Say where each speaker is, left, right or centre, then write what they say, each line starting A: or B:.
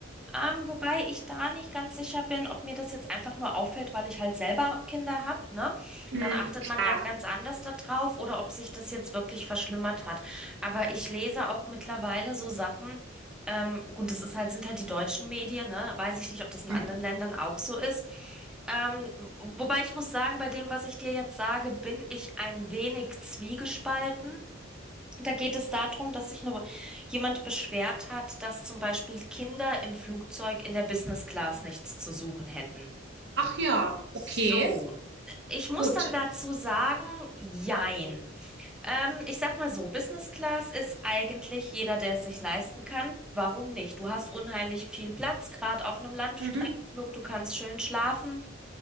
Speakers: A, in the centre; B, on the right.
A: Ähm, wobei ich da nicht ganz sicher bin, ob mir das jetzt einfach nur auffällt, weil ich halt selber Kinder habe, ne?
B: Mhm,
A: Dann achtet
B: klar.
A: man ja ganz anders da drauf oder ob sich das jetzt wirklich verschlimmert hat. Aber ich lese auch mittlerweile so Sachen. Ähm, gut, das ist halt, sind halt die deutschen Medien, ne? Weiß ich nicht, ob das in
B: Mhm.
A: anderen Ländern auch so ist. Ähm, wobei ich muss sagen, bei dem, was ich dir jetzt sage, bin ich ein wenig zwiegespalten. Da geht es darum, dass sich eine, jemand beschwert hat, dass zum Beispiel Kinder im Flugzeug in der Business Class nichts zu suchen hätten.
B: Ach ja,
A: So,
B: okay,
A: ich muss
B: gut.
A: dann dazu sagen, jein. Ähm, ich sag mal so, Business Class ist eigentlich jeder, der es sich leisten kann. Warum nicht? Du hast unheimlich viel Platz, gerade auf einem Langstreckenflug,
B: Mhm,
A: du kannst schön schlafen.